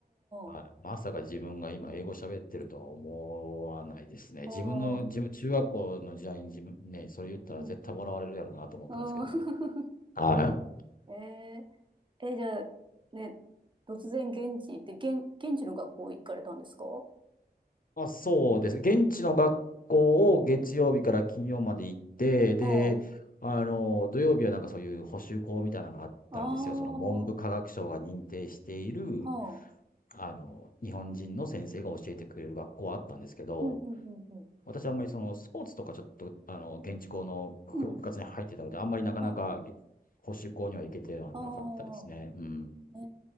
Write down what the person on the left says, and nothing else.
はい。
まさか自分が今英語喋ってるとは思わないですね。自分の、
自分、中学校の時代に自分ね、それ言ったら絶対笑われるやろうなと思ってますけどね。
はい。
まあ、そうです。現地の学校を月曜日から金曜まで行って、で、
あの、土曜日はなんかそういう補習校みたいなのがあったんですよ。
その文部科学省が認定している、
あの、日本人の先生が教えてくれる学校はあったんですけど、
私はあんまりそのスポーツとかちょっと、あの、現地校の部部活に入ってたので、
あんまりなかなかげ補習校には行けてはなかったですね。
うん。